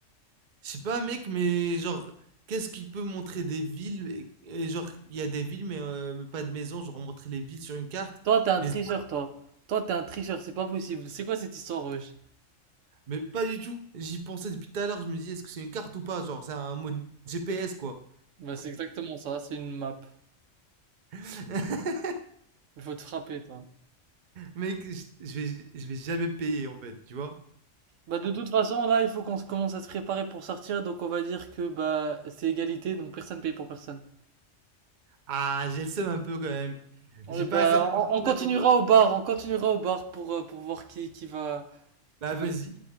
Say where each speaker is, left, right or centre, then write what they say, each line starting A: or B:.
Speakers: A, on the right; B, on the right.
A: Je sais pas, mec, mais genre, qu'est-ce qui peut montrer des villes et, et genre, il y a des villes, mais, euh, mais pas de maison, genre montrer les villes sur une carte.
B: Toi t'es un
A: Les...
B: tricheur toi. Toi t'es un tricheur, c'est pas possible. C'est quoi cette histoire wesh?
A: Mais pas du tout. J'y pensais depuis tout à l'heure. Je me dis, est-ce que c'est une carte ou pas? Genre, c'est un mode GPS, quoi.
B: Bah c'est exactement ça, c'est une map.
A: <laughs>
B: Il faut te frapper, toi.
A: Mec, je je vais, je vais jamais payer, en fait, tu vois?
B: Bah, de toute façon, là, il faut qu'on se- commence à se préparer pour sortir. Donc, on va dire que bah, c'est égalité, donc personne paye pour personne.
A: Ah, j'ai le seum un peu quand même. J'ai
B: Et bah,
A: pas assez d'argent
B: on, on continuera
A: dans mon compte.
B: au bar, on continuera au bar pour, euh, pour voir qui, qui va,
A: Bah,
B: qui va.
A: vas-y.